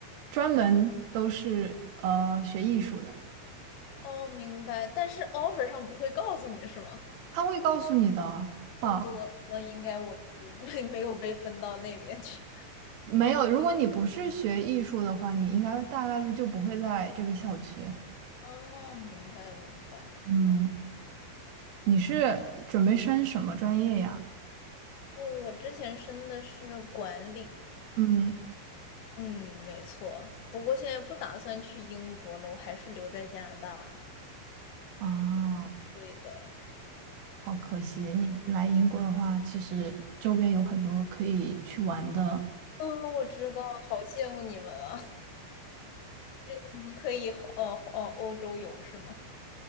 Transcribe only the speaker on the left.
哦，明白，但是 offer 上不会告诉你是吗？
分多，那应该我就 <laughs> 没没有被分到那边去。
哦，明白明白。
嗯，
嗯我之前申的是管理，
嗯，没错。不过现在不打算去英国了，我还是留在加拿大。
对的，
嗯，我知道，好羡慕你们啊！<laughs> 你们可以呃呃欧洲游是吗？